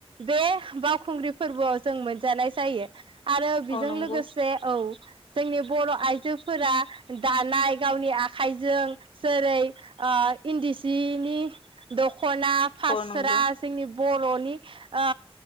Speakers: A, on the right; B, on the left.
A: बे बावखुंग्रि फोरबोआव जों मोनजानाय जायो आरो बेजों
B: औ नंगौ
A: लोगोसे औ जोंनि बर' आइजोफोरा दानाय गावनि आखाइजों जेरै इन्दि सिनि दख खना फास्रा
B: औ नंगौ
A: जोंनि बर'नि आ